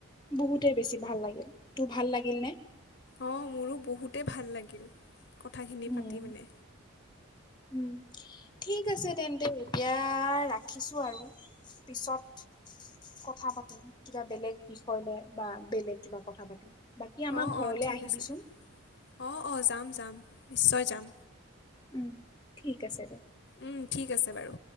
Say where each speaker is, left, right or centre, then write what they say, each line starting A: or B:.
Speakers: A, on the left; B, on the left.
A: বহুতে বেছি ভাল লাগিল তোৰ ভাল লাগিল নে?
B: অ', মোৰো বহুতেই ভাল লাগিল কথাখিনি
A: উম
B: পাতি মানে
A: উম, ঠিক আছে তেন্তে এতিয়া ৰাখিছোঁ আৰু, পিছত কথা পাতিম ল, কিবা বেলেগ বিষয় লৈ বা বেলেগ কিবা কথা পাতিম। বাকী আমাৰ
B: অ,
A: ঘৰলে
B: অ, ঠিক
A: আহিবিচোন
B: আছে অ, অ, যাম যাম নিশ্চয় যাম।
A: উম ঠিক আছে দে।
B: উম, ঠিক আছে বাৰু।